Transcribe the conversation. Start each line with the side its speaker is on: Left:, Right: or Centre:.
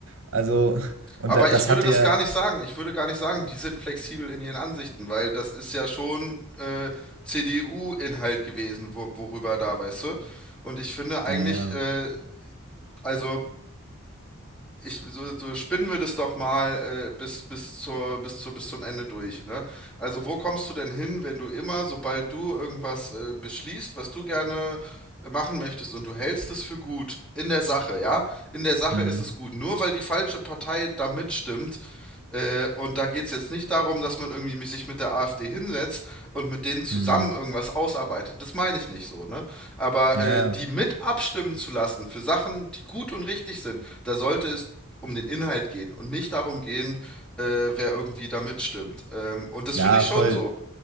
Right: also, und
Centre: Aber
Right: da, das
Centre: ich würde
Right: hatte
Centre: das
Right: ja,
Centre: gar nicht sagen. Ich würde gar nicht sagen, die sind flexibel in ihren Ansichten, weil das ist ja schon äh, CDU-Inhalt gewesen, wo, worüber da, weißt du? Und ich finde eigentlich,
Right: naja,
Centre: äh, also ich, so, so spinnen wir das doch mal äh, bis, bis zur, bis zur, bis zum Ende durch, ne? Also wo kommst du denn hin, wenn du immer, sobald du irgendwas äh, beschließt, was du gerne machen möchtest und du hältst es für gut in der Sache, ja? In der Sache
Right: hm,
Centre: ist es gut. Nur weil die falsche Partei da mitstimmt, äh, und da geht es jetzt nicht darum, dass man irgendwie mi- sich mit der AfD hinsetzt und mit denen zusammen
Right: hm,
Centre: irgendwas ausarbeitet. Das meine ich nicht so, ne? Aber
Right: ja,
Centre: äh,
Right: ja,
Centre: die mit abstimmen zu lassen für Sachen, die gut und richtig sind, da sollte es um den Inhalt gehen und nicht darum gehen, äh, wer irgendwie da mitstimmt. Ähm, und das
Right: ja,
Centre: finde ich schon
Right: voll,
Centre: so.